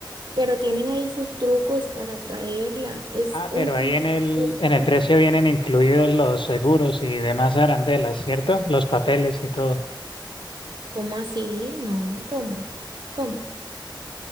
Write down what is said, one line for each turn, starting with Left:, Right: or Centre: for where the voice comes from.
Right: Pero tienen ahí sus trucos para traerla. Es
Left: Ah,
Right: un
Left: pero
Right: negocio
Left: ahí en el,
Right: muy
Left: en
Right: grande.
Left: el precio vienen incluidos los seguros y demás arandelas, ¿cierto? Los papeles y todo.
Right: ¿Cómo así? No, ¿cómo? ¿Cómo?